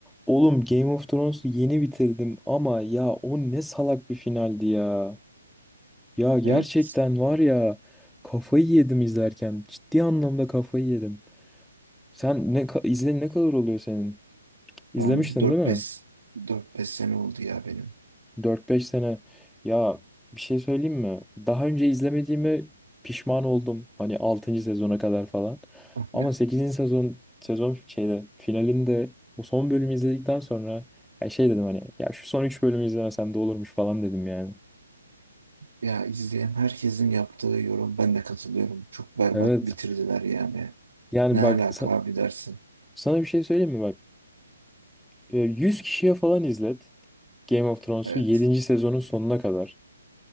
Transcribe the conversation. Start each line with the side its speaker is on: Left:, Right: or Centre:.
Centre: Oğlum Game of Thrones'u yeni bitirdim ama ya o ne salak bir finaldi ya. Ya gerçekten
Right: Evet.
Centre: var ya kafayı yedim izlerken. Ciddi anlamda kafayı yedim. Sen ne ka- izle ne kadar oluyor senin? İzlemiştin
Right: Ben dört
Centre: değil mi?
Right: beş dört beş sene oldu ya benim.
Centre: Dört beş sene ya bir şey söyleyeyim mi? Daha önce izlemediğime pişman oldum. Hani altıncı sezona kadar falan.
Right: <laughs>
Centre: Ama sekizinci sezon sezon şeyde finalinde o son bölümü izledikten sonra ya şey dedim hani ya şu son 3 bölümü izlemesem de olurmuş falan dedim yani.
Right: Ya izleyen herkesin yaptığı yorum ben de katılıyorum. Çok berbat
Centre: Evet.
Right: bitirdiler yani.
Centre: Yani
Right: Ne
Centre: bak
Right: alaka
Centre: sa-
Right: abi dersin.
Centre: sana bir şey söyleyeyim mi bak? E, 100 kişiye falan izlet Game of Thrones'u
Right: Evet.
Centre: yedinci sezonun sonuna kadar.